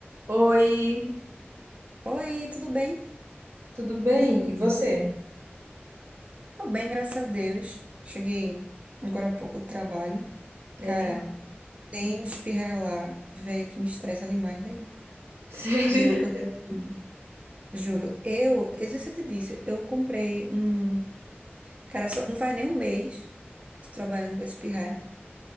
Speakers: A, on the right (about 80°); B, on the right (about 30°).
A: Oi,
B: Oi, tudo bem?
A: Tudo bem? E você?
B: Tô bem, graças a Deus. Cheguei agora há pouco do trabalho.
A: é
B: Cara, tem um espirra lá, velho, que me estressa demais, velho.
A: <laughs>
B: Eu,
A: sério?
B: eu tô assim, juro. Eu, eu não sei se eu te disse, eu comprei um. Cara, só, não faz nem um mês que tô trabalhando com esse espirra. <laughs>